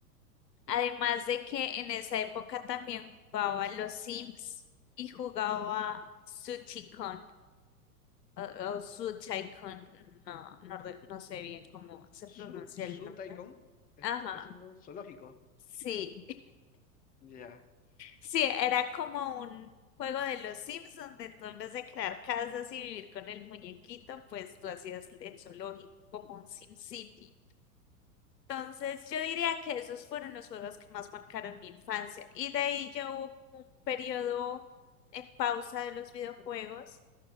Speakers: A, on the left; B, on the left.
A: Además de que en esa época también jugaba los Sims y jugaba Suchicon o, o Suchaicon, no, no, re- no sé bien cómo se
B: Su,
A: pronuncia
B: su
A: el nombre.
B: Tycoon es,
A: Ajá,
B: es un zoológico.
A: sí.
B: Ya.
A: Sí, era como un juego de los Sims donde tú en vez de crear casas y vivir con el muñequito, pues tú hacías el zoológico como un Sim City. Entonces yo diría que esos fueron los juegos que más marcaron mi infancia y de ahí ya hubo como un periodo en pausa de los videojuegos